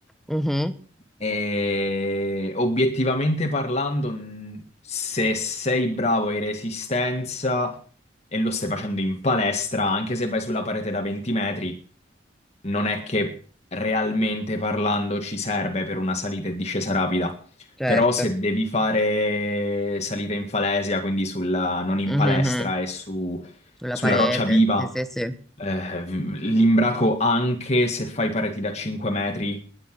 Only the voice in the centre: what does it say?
mhm,
certo.
Mhm.
Sulla
parete,
sì, sì, sì.